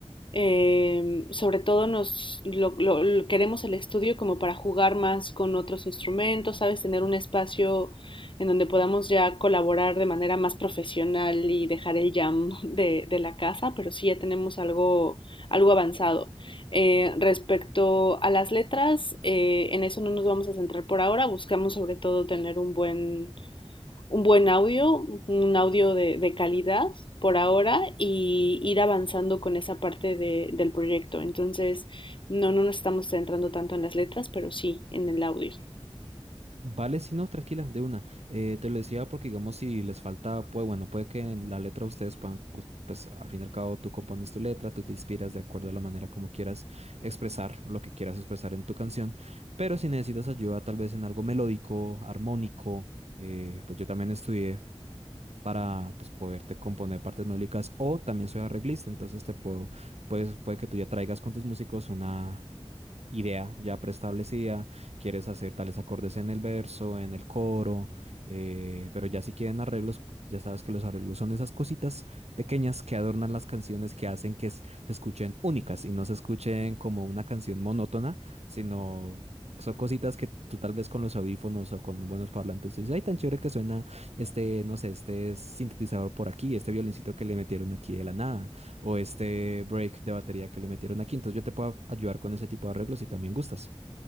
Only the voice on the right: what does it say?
Vale, sí, no, tranquila, de una. Eh, te lo decía porque, digamos, si les falta, pues bueno, puede que en la letra ustedes puedan, us- pues al fin y al cabo tú compones tu letra, tú te inspiras de acuerdo a la manera como quieras expresar lo que quieras expresar en tu canción, pero si necesitas ayuda tal vez en algo melódico, armónico, eh, pues yo también estudié para, pues, poderte componer partes melódicas o también soy arreglista, entonces te puedo, pues puede que tú ya traigas con tus músicos una idea ya preestablecida, quieres hacer tales acordes en el verso, en el coro, eh, pero ya si quieren arreglos, ya sabes que los arreglos son esas cositas pequeñas que adornan las canciones, que hacen que s- se escuchen únicas y no se escuchen como una canción monótona, sino... Son cositas que tú tal vez con los audífonos o con buenos parlantes tú dices, ay, tan chévere que suena este, no sé, este sintetizador por aquí, este violincito que le metieron aquí de la nada o este break de batería que le metieron aquí. Entonces yo te puedo ayudar con ese tipo de arreglos si también gustas.